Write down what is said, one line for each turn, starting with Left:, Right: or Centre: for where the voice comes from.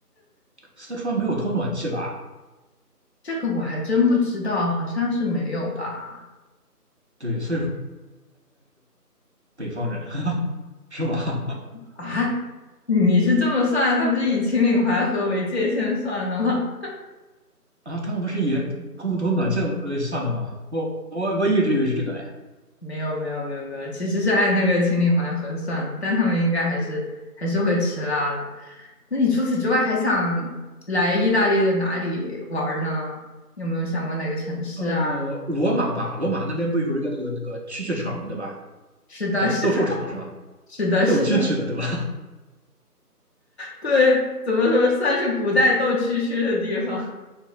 Right: 四川没有通暖气吧？
Left: <laughs> 这个我还真不知道，好像是没有吧？
Right: 对，所以说北方人 <laughs> 是吧？<laughs>
Left: 啊，你是这么算？他不是以秦岭淮河为界限算的吗？
Right: 啊，他们不是也通不通暖气呃算的吗？我我我一直以为是这个嘞。
Left: 没有没有没有没有，其实是按那个秦岭淮河算的，但他们应该还是还是会吃辣的。那你除此之外还想来意大利的哪里玩儿呢？你有没有想过哪个城市啊？
Right: 呃，罗马吧，罗马那边不有一个那个那个蛐蛐场嘛，对吧？
Left: 是的，
Right: 叫斗兽场是吧？
Left: 是的，<laughs> 是的，是的。
Right: 斗蛐蛐的对吧？
Left: 对，怎么说算是古代斗蛐蛐的地方？